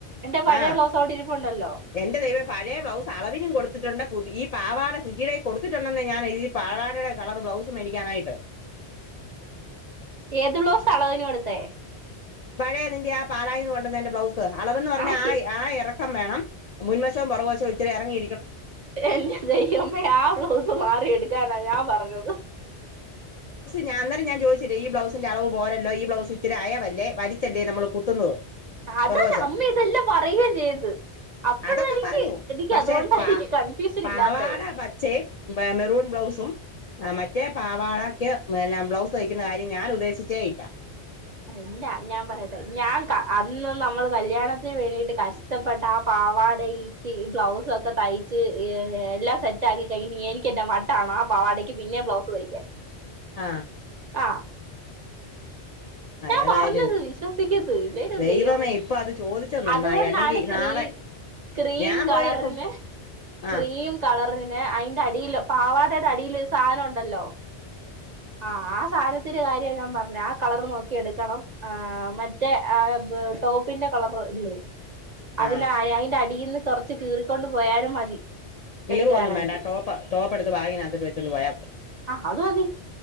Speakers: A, on the right (about 50°); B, on the left (about 55°).
A: എന്റെ പഴയ
B: ആ
A: ബ്ലൗസ് അവിടെ ഇരിപ്പുണ്ടല്ലോ
B: എന്റെ ദൈവേ പഴയ ബ്ലൗസ് അളവിനും കൊടുത്തിട്ടുണ്ട് പുതി ഈ പാവാട ഈയിടെ കൊടുത്തിട്ടുണ്ടെന്ന് ഞാന് ഈ പാവാടെടെ കളർ ബ്ലൗസ് മേടിക്കാനായിട്ട്
A: ഏത് ബ്ലൗസാ അളവിന് കൊടുത്തേ
B: പഴയതിന്റെ ആ പാലായിന്ന് കൊണ്ടന്ന എന്റെ ബ്ലൗ അളവന്ന് പറഞ്ഞാ
A: ആഹ്
B: ആ ആ എറക്കം വേണം മുൻ വഷോം പൊറവഷോം ഇച്ചരി ഇറങ്ങി
A: എന്റെ ദൈവമേ ആ ബ്ലൗസ് മാറി എടുക്കാനാ ഞാൻ പറഞ്ഞത്
B: ഞാ അന്നരം ഞാൻ ചോദിച്ചില്ലേ ഈ ബ്ലൗസ്സിന്റ അളവ് പോരല്ലോ ഈ ബ്ലൗസ് ഇത്തിരി അയവല്ലേ വലിച്ചല്ലേ നമ്മള് കുത്തുന്നത്
A: അത
B: പുറകുവശം
A: അമ്മ ഇതെല്ലാം പറയുകയും ചെയ്ത് അപ്പഴ
B: അതൊക്കെ
A: എനിക്ക്
B: പറഞ്ഞു
A: എനിക്ക്
B: പക്ഷെ
A: അതുകൊണ്ടാണ്
B: പാ
A: എനിക്ക് കൺഫ്യൂഷൻ
B: പാവാട
A: ഇല്ലാത്ത
B: പച്ചയും മെ- മെറൂൺ ബ്ലൗസും ആ, മറ്റേ പാവാളക്ക് പിന്ന ബ്ലൗസ് കയ്ക്കുന്ന കാര്യം ഞാൻ ഉദ്ദേശിച്ചേറ്റ
A: എന്താ ഞാൻ പറയട്ടെ ഞാൻ അന്ന് നമ്മൾ കല്യാണത്തിന് വേണ്ടിട്ട് കഷ്ടപ്പെട്ട ആ പാവാടക്ക് ബ്ലൗസ ഒക്കെ തയ്ച്ച്ർ എല്ലാം സെറ്റ ആക്കി കഴിഞ്ഞഞ് എനക്ക് എ്റെ വട്ടാണോ ആ പാവാടക്ക് പിന്നെ ബ്ലൗസ് തയ്ക്കൻ
B: ആഹ
A: ആഹ
B: ആ
A: ഞാൻ
B: ഏതായാലും
A: പറഞ്ഞത് വിശ്വസിക്കത് ഇല്ല
B: ദൈവമേ
A: ചെയ്യവ
B: ഇപ്പൊ അത് ചോദിച്ചത് നന്നായി
A: അതുകൊണ്ടാണ്
B: അല്ലെങ്കി
A: ക്രീം
B: നാളെ
A: ക്രീം
B: ഞാൻ
A: കളറിന്
B: പോയെടുക്കും ആ
A: ക്രീം കളറിന് അതിന്റെ അടിൽ പാവാടയുടെ അടിൽരു സാധനം ഉണ്ടല്ലോ ആ സഥാനത്തിൊരു കാര്യ ഞൻ പറഞ്ഞു കളർ നോക്കി എടുക്കണം ആ മറ്റേ ആ ടോപ്പിന്റെ കളർ ഇല്ലേ അതിന
B: ആ
A: അയിന്റെ അടി ഇന്ന് കുറച്ച് കീറിക്കൊണ്ട് പോയാലും മതി
B: കീറ
A: എടുക്കാനാണെങ്കിൽ
B: ഒന്നും വേണ്ട ടോപ്പ് ടോപ്പ് എടുത്ത് വാങ്ങിനകത്തട്ട് വെച്ചിണ്ട് പോയാ പോ
A: ആ അത് മതി